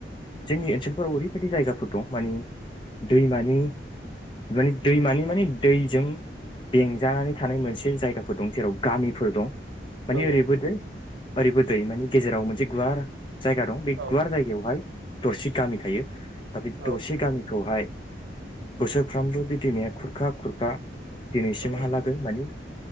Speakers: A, on the left (about 25°); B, on the right (about 85°).
A: जोंनि ओनसोलफोराव ओरैबायदि जायगाफोर दं माने दैमानि माने दैमानि माने दैजों बेंजानानै थानाय मोनसे जायगाफोर दं जेराव गामिफोर दं। माने
B: नंगौ
A: ओरैबो दै ओरैबो दै माने गेजेराव मोनसे गुवार जायगा दं बे
B: औ
A: गुवार जायगायावहाय। दरसे गामि थायो । दा बे दसे
B: औ
A: गामिखौहाय। बोसोरफ्रामबो बि दैमाया खुरखा खुरखा दिनैसिमहालागै
B: नंगौ
A: मानि